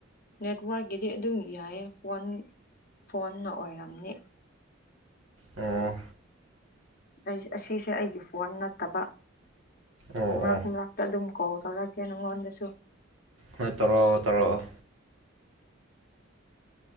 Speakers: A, on the left; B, on the right.
A: ꯅꯦꯠꯋꯥꯔꯛꯀꯤꯗꯤ ꯑꯗꯨꯝ ꯌꯥꯏꯌꯦ ꯐꯣꯟ ꯐꯣꯟꯅ ꯑꯣꯏꯔꯝꯅꯤ
B: ꯑꯣ
A: ꯑꯩ ꯑꯁꯤꯁꯦ ꯑꯩꯒꯤ ꯐꯣꯟ ꯅꯠꯇꯕ
B: ꯑꯣ
A: ꯃ꯭ꯔꯛ
B: ꯑꯣ
A: ꯃ꯭ꯔꯛ ꯑꯗꯨꯝ ꯀꯣꯜ ꯇꯧꯔꯛꯀꯦ ꯅꯉꯣꯟꯗꯁꯨ
B: ꯍꯣꯏ ꯇꯧꯔꯛꯑꯣ ꯇꯧꯔꯛꯑꯣ